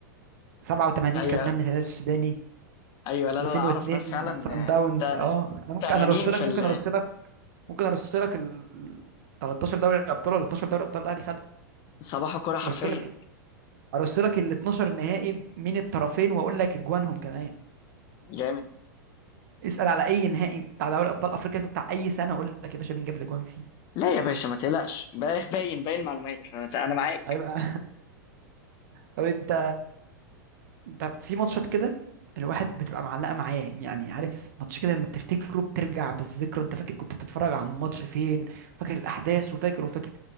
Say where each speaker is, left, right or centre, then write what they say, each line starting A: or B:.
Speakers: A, on the right; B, on the left.
A: 87
B: ايوه
A: خدناها من الهلال السوداني
B: ايوه لا
A: 2002
B: لا لا اعرف ناس فعلا
A: من سان داونز
B: آه، تن-
A: اه انا ممكن
B: تنانين
A: انا ارص لك
B: في
A: ممكن
B: ال-
A: ارص لك ممكن ارص لك ال 13 دوري ابطال ولا 12 دوري ابطال الاهلي خدهم
B: صباح كوره حرفيا
A: ارص لك ارص لك ال 12 نهائي من الطرفين واقول لك اجوانهم كمان
B: جامد
A: اسال على اي نهائي بتاع دوري ابطال افريقيا بتاع اي سنه اقول لك يا باشا مين جاب الاجوان فيه
B: لا يا باشا ما تقلقش با- باين باين معلومات انا أنا معاك
A: هيبقى طب انت انت في ماتشات كده الواحد بتبقى معلقه معاه يعني عارف ماتش كده لما بتفتكره بترجع بالذكرى انت فاكر كنت بتتفرج على الماتش فين فاكر الاحداث وفاكر وفاكر